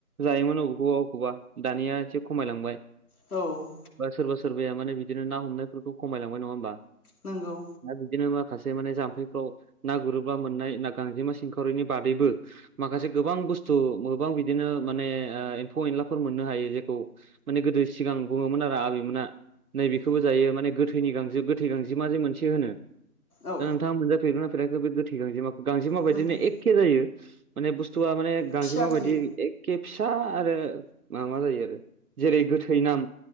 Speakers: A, on the right; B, on the left.
A: जायोमोन अबेखौबा अबखौबा दानिया एसे खमायलांबाय।
B: औ
A: बा सोरबा सोरबाया माने बिदिनो ना हमनायफोरखौ खमायलांबाय नङा होनोमबा।
B: नोंगौ।
A: दा बिदिनो माखासे माने जाम्फैफ्राव ना गुरोब्ला मोननाय ना गांजेमा सिंखावरिनि बादैबो माखासे गोबां बुस्थु गोबां बिदिनो माने एम्फौ एनलाफोर मोननो हायो जेखौ माने गोदो सिगां बुङोमोन आरो आबैमोना। नैबेखौबो जायो माने गोथैनि गांजि गोथै गांजे मा जे मोनसे होनो।
B: औ
A: दा नोंथाङा मोनजाफेरगोननाफेराखै बे गोथै गां गांजे माबायदिनो
B: नोंथां
A: एखे जायो माने बुस्थुवआ माने गांसेे
B: फिसा
A: माबायदि।
B: जायो
A: एखेबसा आरो माबा जायो आरो जेरै गोथै नाम।